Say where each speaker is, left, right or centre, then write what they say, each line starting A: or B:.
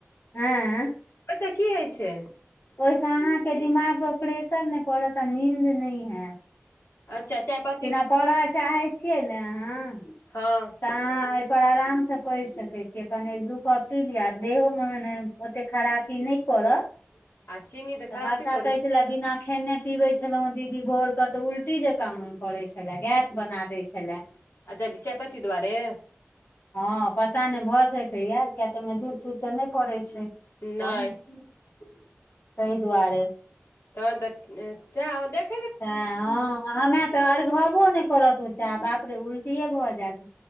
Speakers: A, on the left; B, on the left.
A: ऐं
B: ओइ स की होइ छय
A: ओइसँ अहाँके दिमाग पर प्रेशर नइ पड़त आ नींन्द नय हैत
B: अच्छा चाय <inaudible>
A: जेना पढ़ऽ चाहै छियै ने अहाँ
B: हँ
A: तऽ अहाँ ऐ पर आराम से पइढ़ सकै छीयै अपन एक दू कॉपी लि देहो मे मने ओते खरापी नय करत तऽ
B: आ चीनी तऽ खरापी
A: वर्षा
B: करै
A: कहै
B: छै
A: छल बिना खेने पीबे छलॅं दीदी भोर के तऽ उल्टी जका मन करै छला गैस बना दै छला
B: <unintelligible> चायपति दआारे
A: हँ पता नय भर सके याद किया तऽ ओहिमे दूध तूध तऽ नय पड़ै छै
B: नहि
A: पढ़ तैई दुआरे
B: तहन तऽ से अहा देख
A: सए हँ हमे तऽ अरघबो नय करत च बाप रे उल्टिए भऽ जायत